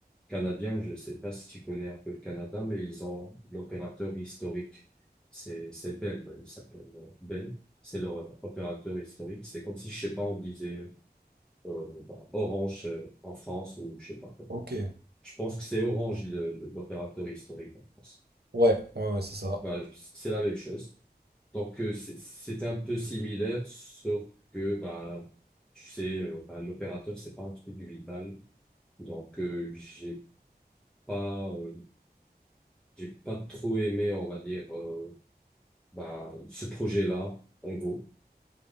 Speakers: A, in the centre; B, on the right.
A: canadien, je ne sais pas si tu connais un peu le Canada, mais ils ont l'opérateur historique. C'est c'est Bell, ben, il s'appelle euh, Bell. C'est leur euh, opérateur historique. C'est comme si, je sais pas, on disait euh, bah, Orange euh, en France ou je sais pas quoi.
B: Ok.
A: Je pense que c'est Orange le- le- l'opérateur historique en France.
B: Ouais, ouais, ouais, c'est ça.
A: Bah, je- c'est la même chose. Donc euh, c'est c'est un peu similaire, sauf que bah tu sais, euh, bah, l'opérateur c'est pas un truc vital. Donc euh, j'ai pas euh, J'ai pas trop aimé, on va dire, euh, bah, ce projet-là, en gros.